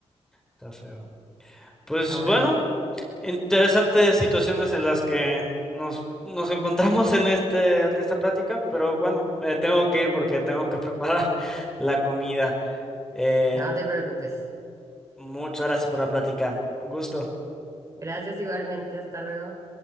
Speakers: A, in the centre; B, on the right.
A: está feo. Pues
B: Horrible.
A: bueno, Interesantes situaciones en las que nos, nos encontramos en este, en esta plática, pero bueno, me tengo que ir porque tengo que preparar <laughs> la comida. Eh,
B: No te preocupes.
A: muchas gracias por la plática. Un gusto.
B: Gracias igualmente. Hasta luego.